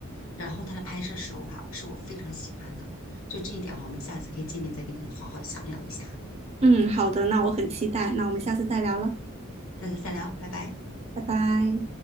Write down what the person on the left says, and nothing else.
然后它的拍摄手法是我非常喜欢的，就这一点哈，我们下次可以见面再跟你好好详聊一下。
下次再聊，拜拜。